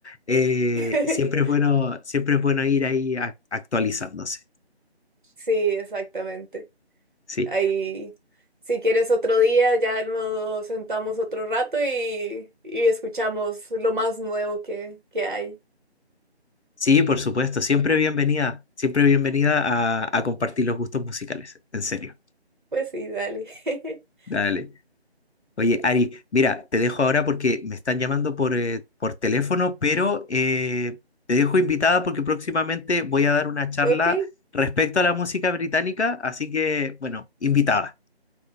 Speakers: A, on the left; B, on the right.
A: eh,
B: <laughs>
A: siempre es bueno, siempre es bueno ir ahí ac- actualizándose.
B: Sí, exactamente.
A: Sí.
B: Ahí, si quieres otro día, ya nos sentamos otro rato y, y escuchamos lo más nuevo que, que hay.
A: Sí, por supuesto, siempre bienvenida, siempre bienvenida a, a compartir los gustos musicales, en serio.
B: Pues sí, dale. <laughs>
A: Dale. Oye, Ari, mira, te dejo ahora porque me están llamando por, eh, por teléfono, pero eh, te dejo invitada porque próximamente voy a dar una charla
B: Ok,
A: respecto a la música británica, así que, bueno, invitada.